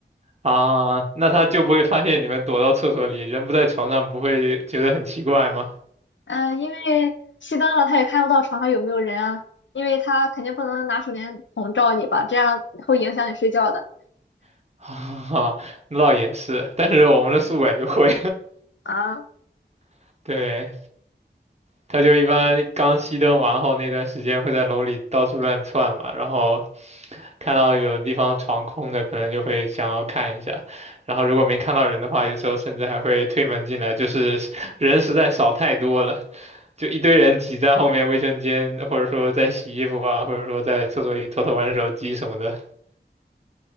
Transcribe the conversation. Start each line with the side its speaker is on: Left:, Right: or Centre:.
Right: 啊？那他就不会发现你们躲到厕所里，人不在床上，不会觉得很奇怪吗？
Left: 嗯、因为熄灯了，他也看不到床上有没有人啊，因为他肯定不能拿手电筒照你吧，这样会影响你睡觉的
Right: <laughs> 啊，那倒也是，但是我们的宿管就会，
Left: 啊。
Right: <laughs> 对，他就一般刚熄灯完后那段时间会在楼里到处乱窜嘛，然后看到有地方床空的，可能就会想要看一下，然后如果没看到人的话，有时候甚至还会推门进来，就是人实在少太多了，就一堆人挤在后面卫生间，或者说在洗衣服啊，或者说在厕所里偷偷玩手机什么的。